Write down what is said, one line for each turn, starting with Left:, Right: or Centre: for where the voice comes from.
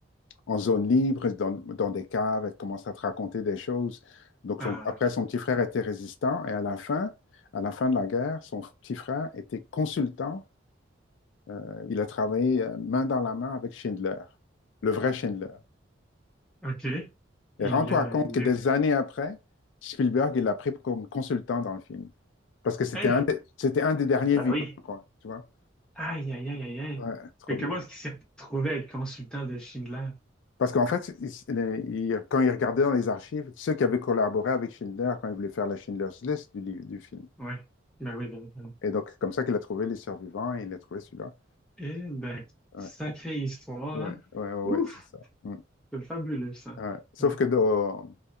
Left: en zone libre, dans, dans des caves, elle commence à te raconter des choses. Donc
Centre: Ah,
Left: son- après, son petit frère était résistant, et à la fin, à la fin de la guerre, son petit frère était consultant. Euh, il a travaillé euh, main dans la main avec Schindler, le vrai Schindler.
Centre: ok. Et
Left: Et rends-toi
Centre: le,
Left: compte
Centre: le...
Left: que des années après, Spielberg, il l'a pris comme consultant dans le film. Parce que c'était
Centre: Hein?
Left: un des, c'était un des derniers
Centre: Bah
Left: vivants,
Centre: oui.
Left: quoi, tu vois?
Centre: Aïe, aïe, aïe, aïe, aïe.
Left: Ouais, trop
Centre: mais
Left: bien.
Centre: comment est-ce qu'il s'est retrouvé à être consultant de Schindler?
Left: Parce qu'en fait, il- il- quand ils regardaient dans les archives, ceux qui avaient collaboré avec Schindler quand ils voulaient faire la Schindler's List du, livre- du film.
Centre: Ouais. Bah oui, ben, ben.
Left: Et donc, comme ça qu'il a trouvé les survivants et il a trouvé celui-là.
Centre: Eh ben,
Left: Ouais,
Centre: sacrée histoire,
Left: ouais,
Centre: hein.
Left: ouais, ouais,
Centre: Ouf,
Left: ouais, c'est ça. Mm.
Centre: c'est fabuleux ça.
Left: Ouais. Sauf
Centre: Ouais.
Left: que dans-